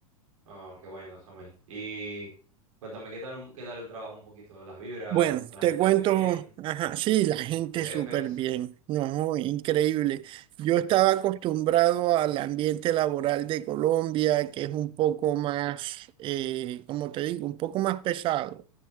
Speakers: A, on the right (about 65°); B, on the right (about 30°).
A: Oh, qué bueno, Samuel. Y cuéntame, ¿qué tal, un- qué tal el trabajo un poquito? ¿Las vibras?
B: Bueno,
A: ¿Toda
B: te
A: la gente
B: cuento,
A: bien?
B: ajá, sí, la gente
A: ¿Tus jefes?
B: súper bien, no, increíble. Yo estaba acostumbrado al ambiente laboral de Colombia, que es un poco más, eh, como te digo, un poco más pesado.